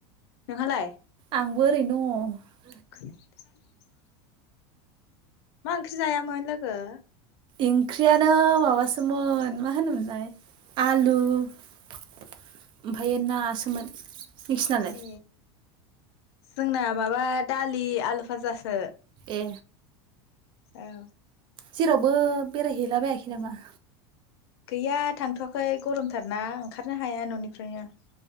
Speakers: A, on the left; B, on the right.
A: नोंहालाय
B: आंबो ओरैनो दङ।
A: <unintelligible> मा ओंख्रि जायामोन लोगो?
B: ओंख्रियानो माबासोमोन मा होनोमोनलाय आलु ओमफायो नासोमोन। नोंसिनालाय?
A: ए जोंना माबा दालि आलु फाजासो।
B: दे
A: औ।
B: जेरावबो बेरायहैलाबायाखै नामा?
A: गैया थांथ'वाखै गरमथारना ओंखारनो हाया न'निफ्रायनो।